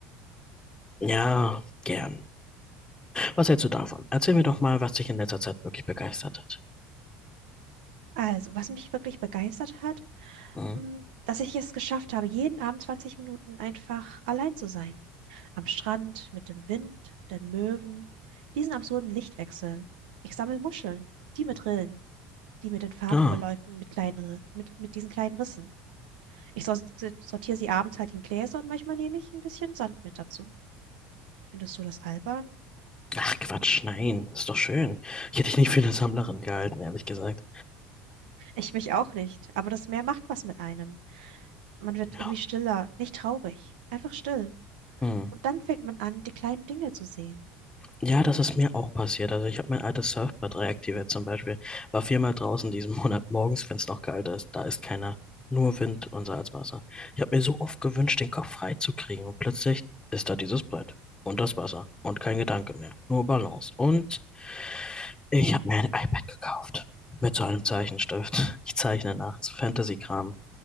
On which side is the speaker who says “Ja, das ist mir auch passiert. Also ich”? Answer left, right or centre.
Left